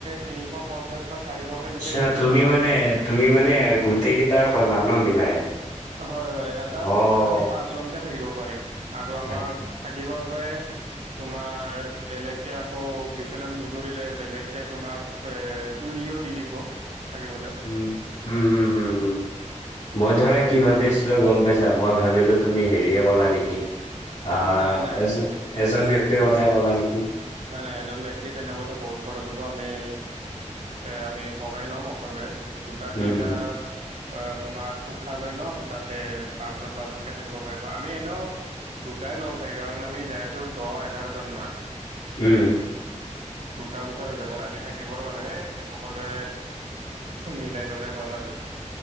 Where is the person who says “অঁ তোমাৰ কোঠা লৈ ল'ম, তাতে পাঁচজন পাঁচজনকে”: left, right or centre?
Right